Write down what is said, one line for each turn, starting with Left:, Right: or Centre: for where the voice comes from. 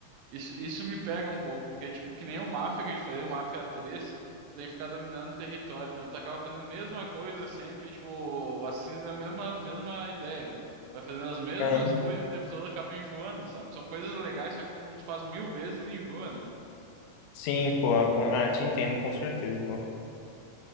Right: Isso, isso me pega um pouco, porque, tipo, que nem o Mafia que eu te falei, o Mafia 3 tu tem que ficar dominando o território, então tu acaba fazendo a mesma coisa sempre, tipo, assim, é a mesma, mesma ideia, né? Vai fazendo as mesmas
Left: aham.
Right: coisas o tempo todo, acaba enjoando, sabe? São coisas legais, só que quando tu faz mil vezes, enjoa, né?
Left: Sim, pô. com- Ah, te entendo com certeza, pô.